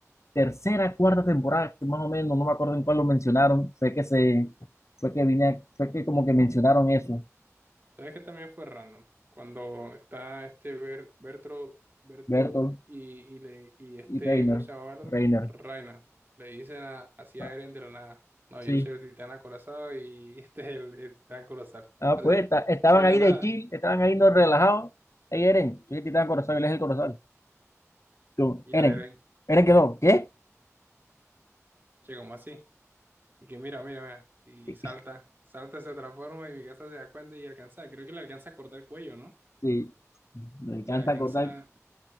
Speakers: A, on the left; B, on the right.
A: tercera, cuarta temporada, que más o menos, no me acuerdo en cuál lo mencionaron, fue que se, fue que vine, a- fue que como que mencionaron eso,
B: ¿Sabes que también fue random? Cuando está este Ber- Bertro, Bertot
A: Bertolt
B: y, y, le, y este,
A: y Reiner,
B: ¿cómo se llamaba el otro?
A: Reiner,
B: Reina. Le dicen a, así
A: Ah,
B: a Eren de la nada. No,
A: sí,
B: yo soy el titán acorazado y <laughs> este es el, el titán colosal.
A: ah,
B: Así,
A: pues esta- estaban
B: de la
A: ahí
B: nada.
A: de chill, estaban ahí no relajados, ahí Eren, soy el titán Corozal, él es el Corozal, Yo,
B: Y
A: Eren,
B: a Eren,
A: Eren quedó, ¿qué?
B: che, como así. Y que mira, mira, mira. Y,
A: <laughs>
B: salta, salta, se transforma y mi casa se da cuenta y alcanza. Creo que le alcanza a cortar el cuello, ¿no?
A: Sí, me encanta
B: Le alcanza.
A: acordar,